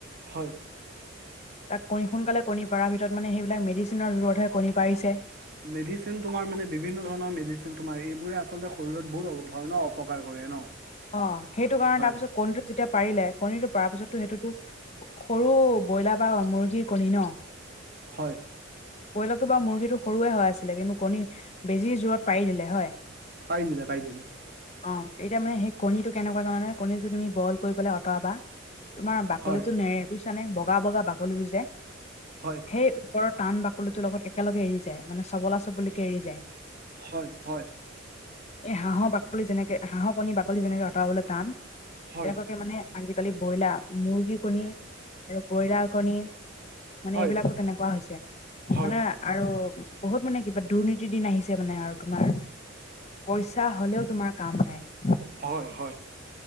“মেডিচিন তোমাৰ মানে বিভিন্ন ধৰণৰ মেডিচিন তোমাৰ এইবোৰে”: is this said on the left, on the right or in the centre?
Right